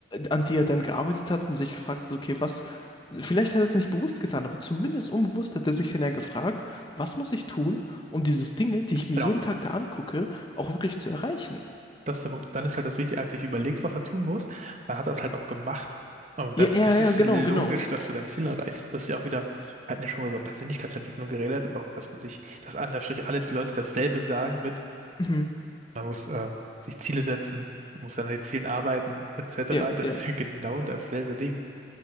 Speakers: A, on the left; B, on the right.
A: an die er dann gearbeitet hat und sich gefragt hat, okay, was Vielleicht hat er es nicht bewusst getan, aber zumindest unbewusst hat er sich dann ja gefragt, was muss ich tun, um diese Dinge, die ich mir
B: Genau.
A: jeden Tag da angucke, auch wirklich zu erreichen?
B: Das ist der Punkt. Und dann ist halt das Wichtige, er hat sich überlegt, was er tun muss. Dann hat er es halt auch gemacht. Und
A: Ja,
B: dann,
A: ja,
B: es
A: ja,
B: ist
A: genau,
B: logisch,
A: genau.
B: dass du dein Ziel erreichst. Das ist ja auch wieder, wir hatten ja schon mal über Persönlichkeitsentwicklung geredet und auch, dass man sich, dass Anführungsstrich alle die Leute dasselbe sagen mit,
A: Mhm.
B: man muss äh, sich Ziele setzen, man muss an den Zielen arbeiten, etc.
A: Ja,
B: Das
A: ja.
B: ist ja genau dasselbe Ding.